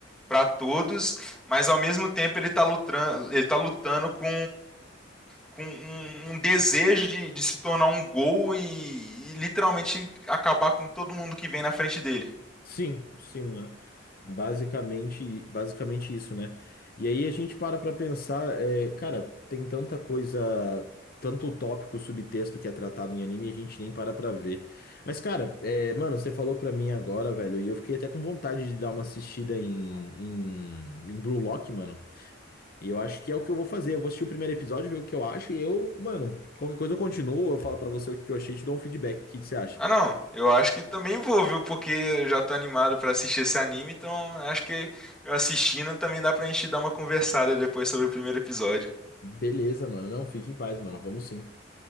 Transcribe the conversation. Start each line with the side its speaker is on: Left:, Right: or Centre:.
Centre: para todos, mas ao mesmo tempo ele tá lutando, ele tá lutando com, com um, um desejo de, de se tornar um gol e, e literalmente acabar com todo mundo que vem na frente dele.
Left: Sim, sim, né? Basicamente, basicamente isso, né? E aí a gente para pra pensar, é, cara, tem tanta coisa, tanto tópico, subtexto que é tratado em anime e a gente nem para pra ver. Mas, cara, é, mano, você falou pra mim agora, velho, e eu fiquei até com vontade de dar uma assistida em, em, em Blue Lock, mano. E eu acho que é o que eu vou fazer. Eu vou assistir o primeiro episódio, ver o que eu acho, e eu, mano, qualquer coisa eu continuo, eu falo pra você o que que eu achei, e te dou um feedback. O que que você acha?
Centre: Ah, não, eu acho que também vou, viu? Porque eu já tô animado pra assistir esse anime, então acho que eu assistindo também dá pra gente dar uma conversada depois sobre o primeiro episódio.
Left: Beleza, mano. Não, fique em paz, mano. Vamos sim.